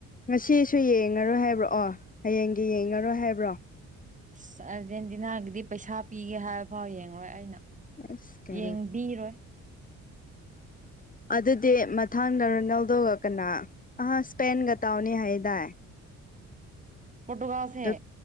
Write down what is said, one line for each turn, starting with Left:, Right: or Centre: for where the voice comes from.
Left: ꯉꯁꯤꯁꯨ ꯌꯦꯡꯂꯡꯉꯔꯣꯏ ꯍꯥꯏꯕ꯭ꯔꯣꯑꯣ ꯍꯌꯦꯡꯒꯤ ꯌꯦꯡꯉꯔꯣꯏ ꯍꯥꯏꯕ꯭ꯔꯣ
Right: ꯑꯁ ꯑꯥꯔꯖꯦꯟꯇꯤꯅꯥꯒꯤꯗꯤ ꯄꯩꯁꯥ ꯄꯤꯒꯦ ꯍꯥꯏꯕ ꯐꯥꯎ ꯌꯦꯡꯂꯡꯉꯔꯣꯏ ꯑꯩꯅ
Left: ꯑꯁ ꯀ
Right: ꯌꯦꯡꯕꯤꯔꯣꯏ
Left: ꯑꯗꯨꯗꯤ ꯃꯊꯪꯗ ꯔꯣꯅꯦꯜꯗꯒ ꯀꯅꯥ ꯑ ꯏꯁꯄꯦꯟꯒ ꯇꯥꯎꯅꯤ ꯍꯥꯏꯗꯥꯏ
Right: ꯄꯣꯗꯨꯒꯥꯥꯁꯦ
Left: ꯑꯗꯨ